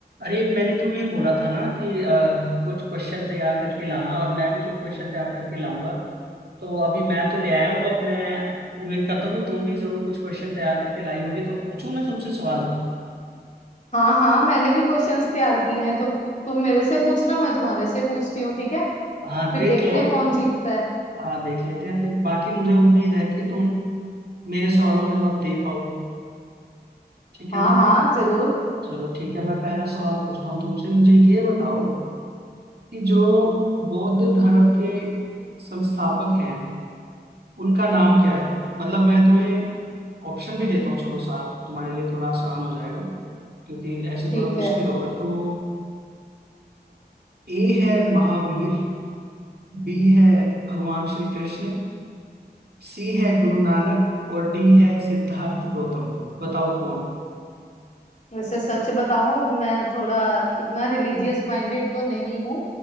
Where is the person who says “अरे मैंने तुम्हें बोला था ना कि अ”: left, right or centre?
Right